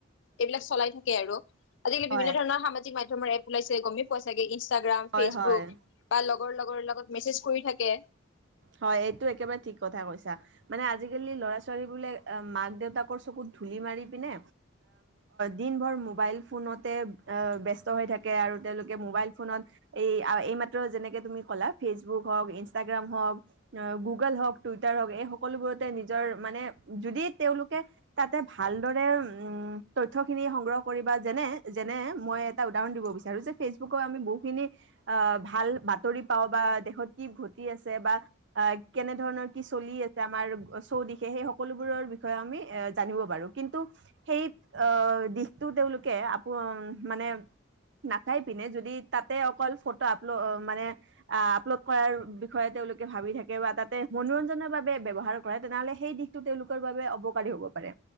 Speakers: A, on the left; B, on the right.
A: এইবিলাক চলাই থাকে আৰু আজিকালি
B: হয়
A: বিভিন্ন ধৰণৰ সামাজিক মাধ্যমৰে ওলাইছে গমেই পোৱা চাগে ইনষ্টাগ্ৰাম
B: হয়
A: ফেচবুক
B: হয়
A: বা লগৰ লগৰ লগত মেছেজ কৰি থাকে
B: হয় এইটো একেবাৰে ঠিক কথা কৈছা মানে আজিকালি ল'ৰা ছোৱালীবোলে মাক দেউতাকৰ চকুত ধূলি মাৰি পিনে দিনভৰ মোবাইল ফোনতে ব্যস্ত হৈ থাকে আৰু তেওঁলোকে মোবাইল ফোনত এই এইমাত্ৰ যেনেকে তুমি ক'লা ফেচবুক হওক ইনষ্টাগ্ৰাম হওক গুগল হওঁক টুইটাৰ হওঁক এই সকলোবোৰতে নিজৰ মানে যদি তেওঁলোকে তাতে ভালদৰে উ তথ্যখিনি সংগ্ৰহ কৰিব বা যেনে যেনে মই এটা উদাহৰণ দিব বিচাৰো যে ফেচবুক আমি বহুখিনি আহ ভাল বাতৰি পাওঁ বা দেশত কি ঘটি আছে বা আহ কেনে ধৰণৰ কি চলি আছে আমাৰ চৌদিশে সেই সকলোবোৰৰ বিষয়ে আমি এ জানিব পাৰো কিন্তু সেই আহ দিশটো তেওঁলোকে আপ মানে নাচাই পিনে যদি তাতে অকল ফটো আপলোড মানে আপলোড কৰাৰ বিষয়ে তেওঁলোকে ভাবি থাকে বা তাতে মনোৰঞ্জনৰ বাবে ব্যবহাৰ কৰে তেনেহলে সেই দিশতটো তেওঁলোকৰ বাবে অপকাৰী হ'ব পাৰে